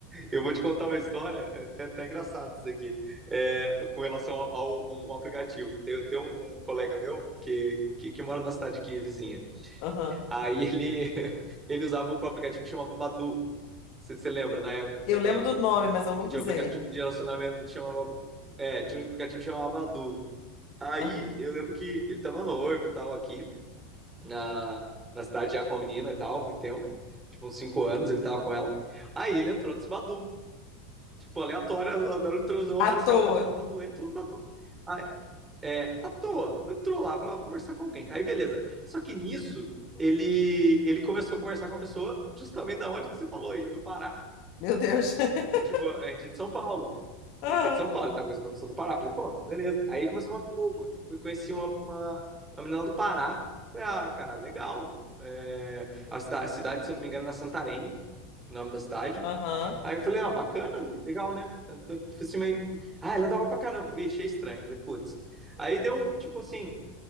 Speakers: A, on the right; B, on the left.
A: eu vou te contar uma história, é até, até engraçado isso aqui, é, com relação ao, ao- um um aplicativo. Tem, tem um, um colega meu que, que, que mora na cidade aqui, vizinha.
B: Aham.
A: Aí ele, <laughs> ele usava um aplicativo que chamava Badu. Você você lembra, na época que
B: Eu
A: também,
B: lembro do nome, mas eu nunca
A: que tinha
B: usei.
A: um aplicativo de relacionamento que chamava... É, tinha um aplicativo que chamava Badu. Aí
B: Aham.
A: eu lembro que ele tava noivo e tal aqui, na, na cidade já com a menina e tal, há muito tempo. Tipo, uns cinco anos ele tava com ela. Aí ele entrou nesse Badu. tipo, aleatória, andaram no transão,
B: À
A: falou assim,
B: toa.
A: ah, vou entrar no Badu, entrou no Badu. Aí, é, à toa, entrou lá, falou, ah, vou conversar com alguém. Aí, beleza. Só que nisso, ele, ele começou a conversar com uma pessoa justamente da onde que você falou aí, do Pará.
B: Meu Deus. <laughs>
A: E, tipo, a gente é de São Paulo.
B: Aham.
A: A gente é de São Paulo, ele tá conversando com a pessoa do Pará. Falei, pô, beleza. Aí começou a falar comigo, mano, conheci uma, uma, uma menina do Pará. Falei, ah, cara, legal. É, a, cida- a cidade, se eu não me engano, era Santarém, o nome da cidade.
B: Aham.
A: Aí eu falei, ah, bacana, legal, né? Eu falei Assim, mas... Ah, ela é da hora pra caramba. Vi, achei estranho. Falei, putz. Aí deu, tipo assim,